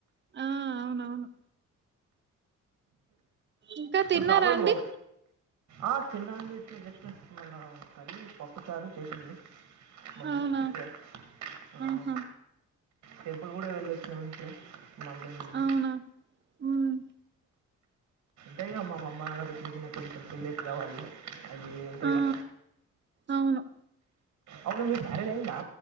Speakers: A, on the right; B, on the right.
A: ఆ అవునవును ఇంకా తిన్నారా
B: ఏ ప్రాపర్
A: అండి
B: నువు ఆ తిన్నండి ఇప్పుడే జస్ట్ మన కర్రీ పప్పు చారు చేసింది మమ్మీ
A: అవునా
B: ఇప్పుడే ఆ
A: ఆహా
B: టెంపుల్ గూడా వెళ్ళొచ్చినం ఇప్పుడే మమ్మి నేను
A: అవునా ఉమ్
B: ఉంటాయి గా మాఅమ్మ నాన్నకు చిన్న చిన్న కోరికలు పెళ్ళేప్పుడవ్వాలి అది అంతేగా
A: ఆ అవును
B: అవును మీకు మ్యారేజ్ అయిందా